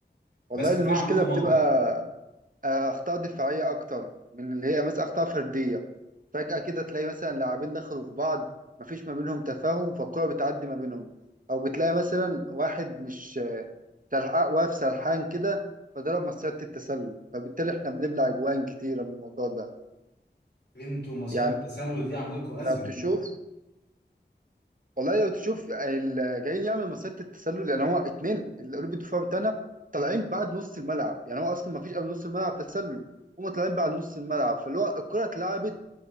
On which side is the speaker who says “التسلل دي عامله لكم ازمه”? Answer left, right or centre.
Left